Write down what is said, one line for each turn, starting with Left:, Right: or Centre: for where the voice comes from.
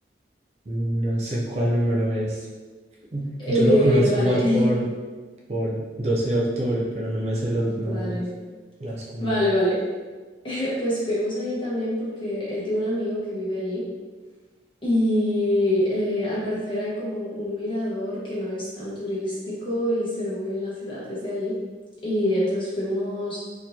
Right: No sé cuál número es.
Left: Eh,
Right: Yo lo conozco
Left: vale,
Right: más por, por 12 de octubre, pero no me sé los
Left: <laughs>
Right: nombres,
Left: vale,
Right: las comunas.
Left: vale, vale. <laughs> Pues fuimos allí también porque él tiene un amigo que vive allí. Y eh, al parecer hay como un mirador que no es tan turístico y se ve muy bien la ciudad desde allí. Y entonces fuimos,